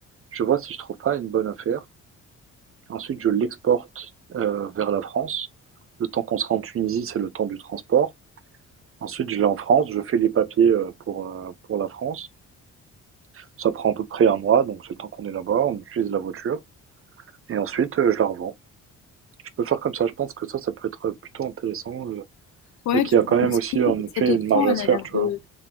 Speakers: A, on the right; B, on the left.
A: Je vois si je trouve pas une bonne affaire. Ensuite, je l'exporte euh, vers la France. Le temps qu'on sera en Tunisie, c'est le temps du transport. Ensuite, je l'ai en France. Je fais les papiers euh, pour, euh, pour la France. Ça prend à peu près un mois, donc c'est le temps qu'on est là-bas. On utilise la voiture. Et ensuite, euh, je la revends. Je peux faire comme ça, je pense que ça, ça peut être plutôt intéressant euh,
B: ouais,
A: et qu'il
B: tu
A: y a
B: peux
A: quand même
B: penser,
A: aussi en effet
B: cette option,
A: une marge à
B: elle
A: se
B: a
A: faire,
B: l'air
A: tu
B: de...
A: vois.